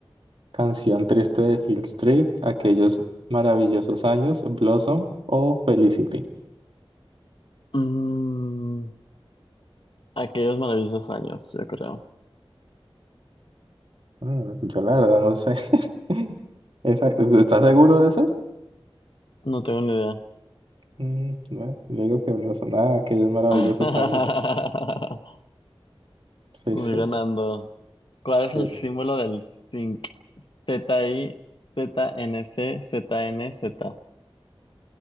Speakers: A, on the right; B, on the left.
A: Canción triste de Hill Street, aquellos maravillosos años, Blossom o Felicity.
B: Mm, aquellos maravillosos años, yo creo.
A: Mm, yo la verdad no sé. <laughs> Esa- ¿estás seguro de eso?
B: No tengo ni idea.
A: Mm, bueno, yo digo que Blossom, ah, aquellos maravillosos
B: <laughs>
A: años. Sí,
B: Voy
A: sí,
B: ganando. ¿Cuál es
A: sí.
B: el símbolo del zinc? Z-I, Z-N-C, Z-N-Z.